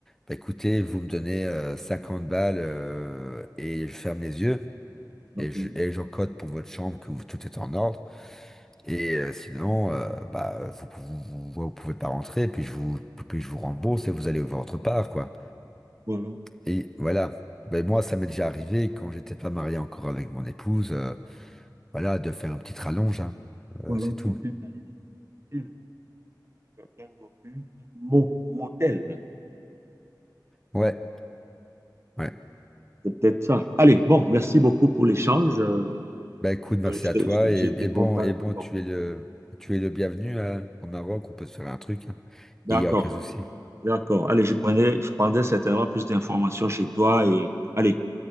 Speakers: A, in the centre; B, on the right (about 35°).
A: bah, écoutez, vous me donnez euh, 50 balles euh, et je ferme les yeux
B: OK.
A: et je, et j'encode pour votre chambre que vous- tout est en ordre. Et euh, sinon, euh, bah vous, vous, vous, vous pouvez pas rentrer, puis je vous puis je vous rembourse et vous allez voir votre part, quoi.
B: Ou alors,
A: Et voilà. Ben moi, ça m'est déjà arrivé quand j'étais pas marié encore avec mon épouse, euh, voilà, de faire une petite rallonge, hein. Euh,
B: ou alors
A: c'est tout.
B: c'était d'aller dans une ville, un motel, un mo- motel.
A: Ouais, ouais.
B: C'est peut-être ça. Allez, bon, merci beaucoup pour l'échange. Euh,
A: Ben écoute, merci
B: euh, j'étais-
A: à toi.
B: j'étais-
A: Et,
B: J'ai été
A: et bon,
B: content
A: et
B: et
A: bon,
B: puis bon.
A: tu es le, tu es le bienvenu, hein, au Maroc. On peut se faire un truc, hein.
B: D'accord,
A: Et il n'y a aucun souci.
B: d'accord. Allez, je prenais, je prendrai certainement plus d'informations chez toi et allez,